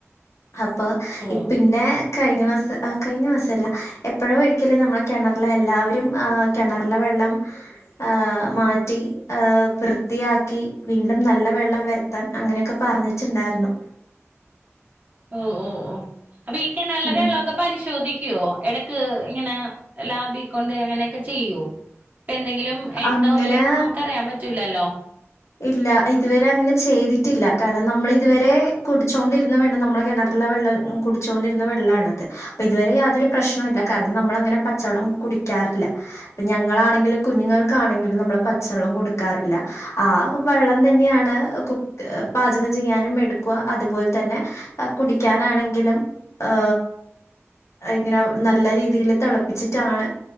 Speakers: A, on the left (about 75°); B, on the right (about 35°).
A: അപ്പൊ
B: ഓ
A: പിന്നെക്കഴിഞ്ഞ മാസം, ആഹ് കഴിഞ്ഞ മാസമല്ല എപ്പളോയൊരിക്കല് നമ്മളുകിണറിലെ, എല്ലാവരും ആഹ് കിണറിലെ വെള്ളം ആഹ് മാറ്റി, ആഹ് വൃത്തിയാക്കി വീണ്ടുംനല്ലവെള്ളം വര ത്താൻ അങ്ങനെയൊക്കെ പറഞ്ഞിട്ടുണ്ടായിരുന്നു.
B: മഹ് മഹ് മഹ് വീട്ടിൽ നല്ല
A: ഉം
B: വെള്ളമൊക്കെ പരിശോധിക്കുവോ ഇടക്ക് ക്ക്, ഇങ്ങനെ ലാബിക്കൊണ്ടോയിങ്ങനെയൊക്കെ ചെയ്യോ? ഇപ്പെന്തെങ്കിലും ഇണ്ടോ
A: അങ്ങനെ
B: ഇല്ലേയെന്നൊന്നും നമുക്കറിയാൻ പറ്റൂലല്ലോ?
A: ഇല്ല, ഇതുവരെയങ്ങനെ ചെയ്തിട്ടില്ല. കാരണം നമ്മളിതുവരെ കുടിച്ചോണ്ടിരുന്ന വെള്ളം നമ്മടെ കിണറിലവെള്ളമായിരുന്നു. കുടിച്ചോണ്ടിരുന്ന വെള്ളാണത്, ഇതുവരെ യാതൊരു പ്രശ്നവുമില്ല കാരണം നമ്മളങ്ങനെ പച്ചവെള്ളം കുടിക്കാറില്ല. ഞങ്ങളാണെങ്കിലും കുഞ്ഞുങ്ങൾക്കാണെങ്കിലും, നമ്മള് പച്ചവെള്ളം കൊടുക്കാറില്ല. ആ.. വെള്ളം തന്നെയാണ് കുക്ക്, പാചകം ചെയ്യാനുമെടുക്കുകാ അതുപോലെ തന്നെ അ.. കുടിക്കാനാണെങ്കിലും, ഏ.. ഇങ്ങനെ നല്ല രീതിയിൽ തിളപ്പിച്ചിട്ടാണ്